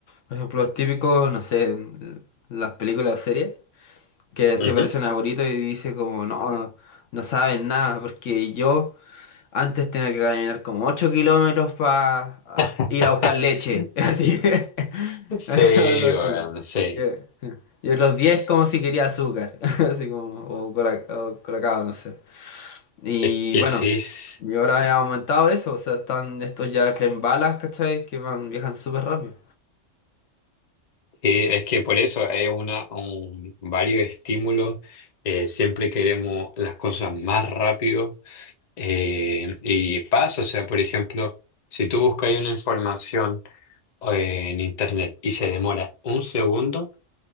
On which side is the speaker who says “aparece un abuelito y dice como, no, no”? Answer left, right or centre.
Left